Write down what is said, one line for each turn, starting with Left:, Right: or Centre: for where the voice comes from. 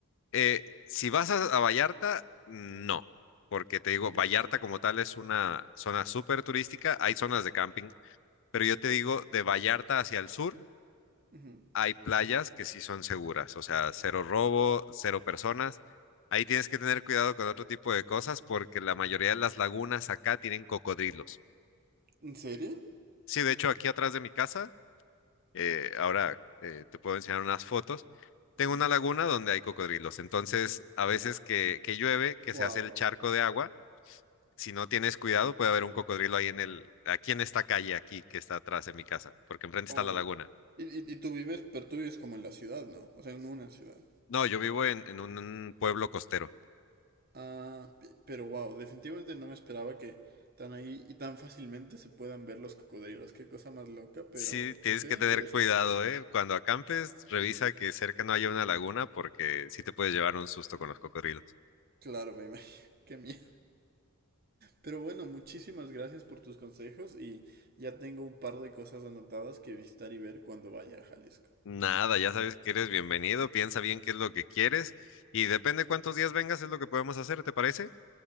Left: Eh, si vas a, a Vallarta, no, porque te digo, Vallarta como tal es una zona súper turística, hay zonas de camping, pero yo te digo, de Vallarta hacia el sur
Right: Ujú.
Left: hay playas que sí son seguras, o sea, cero robo, cero personas. Ahí tienes que tener cuidado con otro tipo de cosas porque la mayoría de las lagunas acá tienen cocodrilos.
Right: ¿En serio?
Left: Sí, de hecho, aquí atrás de mi casa, eh, ahora eh, te puedo enseñar unas fotos. Tengo
Right: Ujú.
Left: una laguna donde hay cocodrilos. Entonces, a veces que, que llueve, que
Right: Wow.
Left: se hace el charco de agua, si no tienes cuidado, puede haber un cocodrilo ahí en el, aquí en esta calle, aquí que está atrás de mi casa, porque enfrente
Right: Oh.
Left: está la laguna.
Right: Y, y- y tú vives, pero tú vives como en la ciudad, ¿no? O sea, en una ciudad.
Left: No, yo vivo en, en un pueblo costero.
Right: Ah, pe- pero wow, definitivamente no me esperaba que tan ahí y tan fácilmente se puedan ver los cocodrilos. Qué cosa más loca, pero,
Left: Sí, tienes
Right: pero se
Left: que
Right: ve
Left: tener
Right: interesante.
Left: cuidado, ¿eh? Cuando acampes, revisa que cerca no haya una laguna, porque sí te puedes llevar un susto con los cocodrilos.
Right: Claro, me imagino. <laughs> Qué miedo. Pero bueno, muchísimas gracias por tus consejos y ya tengo un par de cosas anotadas que visitar y ver cuando vaya a Jalisco.
Left: Nada, ya sabes que eres bienvenido, piensa bien qué es lo que quieres y depende cuántos días vengas es lo que podemos hacer, ¿te parece?